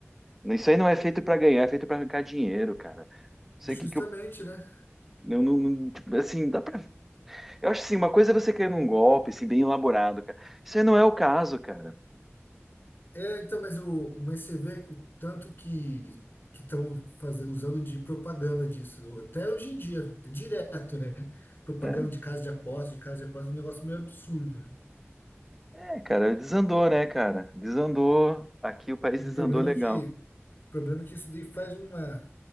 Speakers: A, in the centre; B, on the left (about 45°).
A: Isso aí não é feito pra ganhar, é feito pra arrancar dinheiro, cara. sei
B: justamente,
A: o que que eu.
B: né?
A: Eu não, não- tipo, assim, dá pra. Eu acho assim, uma coisa é você cair num golpe, assim, bem elaborado, cara. Isso aí não é o caso, cara.
B: É, então, mas, o, mas você vê o tanto que que estão fazendo, usando de propaganda disso, até hoje em dia, direto, né? Propaganda
A: É,
B: de casa de aposta, de casa de aposta, é um negócio meio absurdo, né?
A: é, cara, desandou, né, cara? Desandou. Aqui o país
B: E
A: desandou
B: o problema
A: legal.
B: é que O problema é que isso daí faz uma,